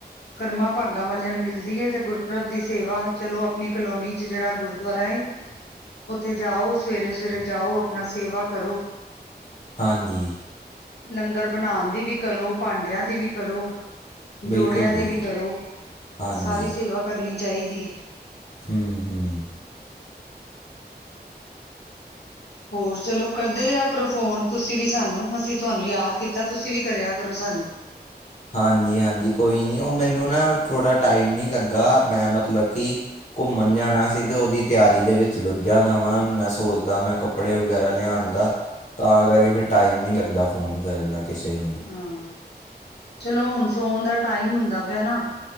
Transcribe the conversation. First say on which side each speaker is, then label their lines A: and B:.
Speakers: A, on the left; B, on the left.
A: ਕਰਮਾਂ ਭਾਗਾਂ ਵਾਲਿਆਂ ਨੂੰ ਮਿਲਦੀ ਹੈ ਤੇ ਗੁਰਪੁਰਬ ਦੀ ਸੇਵਾ ਚਲੋ ਆਪਣੀ ਕਲੋਨੀ। ਚ ਜਿਹੜਾ ਗੁਰਦੁਆਰਾ ਹੈ ਉੱਥੇ ਜਾਓ ਸਵੇਰੇ ਸਵੇਰੇ ਜਾਓ ਆਪਣਾ ਸੇਵਾ ਕਰੋ।
B: ਹਾਂਜੀ।
A: ਲੰਗਰ ਬਣਾਉਣ ਦੀ ਵੀ ਕਰੋ। ਭਾਂਡਿਆਂ ਦੀ ਵੀ ਕਰੋ।
B: ਬਿਲਕੁਲ
A: ਜੋੜਿਆਂ
B: ਬਿਲਕੁਲ
A: ਦੀ ਵੀ ਕਰੋ
B: ਹਾਂਜੀ
A: ਸਾਰੀ ਸੇਵਾ ਕਰਨੀ ਚਾਹੀਦੀ ਹੈ।
B: ਹਮ ਹਮ।
A: ਹੋਰ ਚਲੋ ਕਰਦੇ ਰਿਹਾ ਕਰੋ ਫੋਨ ਤੁਸੀਂ ਵੀ ਸਾਨੂੰ ਅਸੀਂ ਤੁਹਾਨੂੰ ਯਾਦ ਕੀਤਾ ਤੁਸੀਂ ਵੀ ਕਰਿਆ ਕਰੋ ਸਾਨੂੰ।
B: ਹਾਂਜੀ, ਹਾਂਜੀ ਕੋਈ ਨਹੀਂ ਉਹ ਮੈਨੂੰ ਨਾ ਥੋੜ੍ਹਾ ਟਾਈਮ ਨਹੀਂ ਲੱਗਾ ਮੈਂ ਮਤਲਬ ਕਿ। ਘੁੰਮਣ ਜਾਣਾ ਸੀ ਅਤੇ ਉਹਦੀ ਤਿਆਰੀ ਦੇ ਵਿੱਚ ਰੁੱਝਾ ਦਾ ਵਾਂ। ਮੈਂ ਸੋਚਦਾ ਮੈਂ ਕੱਪ ਕੱਪੜੇ ਵਗੈਰਾ ਲਿਆਉਣ ਦਾ ਤਾਂ ਕਰਕੇ ਫਿਰ ਟਾਈਮ ਨਹੀਂ ਲੱਗਦਾ ਫ਼ੋਨ ਕਰਨ ਦਾ ਕਿਸੇ ਨੂੰ ਵੀ।
A: ਹਾਂ ਚਲੋ ਹੁਣ ਸੋਣ ਦਾ ਟਾਈਮ ਹੁੰਦਾ ਪਿਆ ਨਾ।